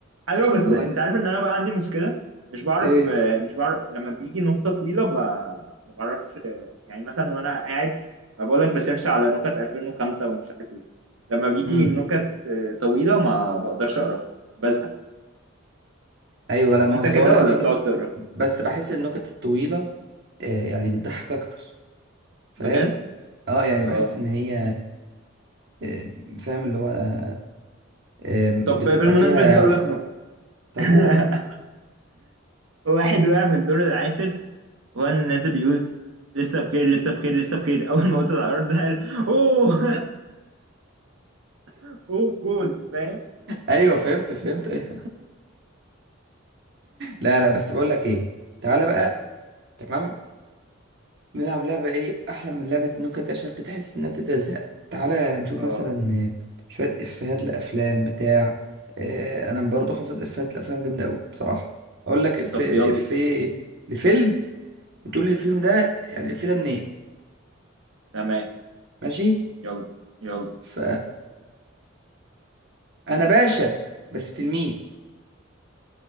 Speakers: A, on the right; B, on the right.
A: حلو
B: شوف
A: بس
B: مش بقولك
A: انت عارف ان انا بقى عندي مشكله مش بعرف
B: ايه
A: مش بعرف لما بيجي نقطه طويله ب... ما بعرفش يعني مثلا وانا قاعد ما بقول لك بسيرش على نكت 2005 ومش عارف ايه لما بيجي
B: امم
A: نكت طويله ما بقدرش اقراها بزهق
B: ايوه لا ما
A: انت
B: هو سواء
A: كده
B: لا
A: ولا
B: في نكت
A: بتقعد تقرا
B: بس بحس النكت الطويله آه، يعني بتضحك اكتر فاهم
A: بجد
B: اه يعني بحس
A: اه
B: ان هي آه، فاهم اللي هو أم،
A: طب
B: بتبقى
A: بالمناسبه
B: فيها
A: دي هقول لك نكته
B: طب
A: <laughs>
B: قول
A: واحد وقع من الدور العاشر وهو الناس بيقول لسه بخير لسه بخير لسه بخير اول ما وصل على الارض قال اوه <laughs> اوه جول فاهم
B: ايوه فهمت فهمت أيوة. لا لا بس بقول لك ايه تعالى بقى تمام نلعب لعبه ايه احلى من لعبه إن ممكن تشرب تحس انها بتبدا تزهق تعالى نشوف
A: اه
B: مثلا شويه افيهات لافلام بتاع آه، انا برضو حافظ افيهات لافلام جامده قوي بصراحه اقول لك الف
A: طب يلا
B: في لفيلم وتقول لي الفيلم ده يعني الفيلم ده منين
A: تمام
B: ماشي
A: يلا يلا
B: ف انا باشا بس تلميذ